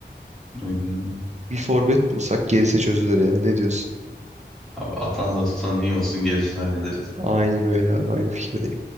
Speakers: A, in the centre; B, on the right.
A: Aynen öyle.
B: Bir forvet bulsak gerisi çözülür ya. Ne diyorsun?
A: Abi atanla tutan iyi olsun gerisini hallederiz.
B: Aynen öyle abi. Aynı fikirdeyim.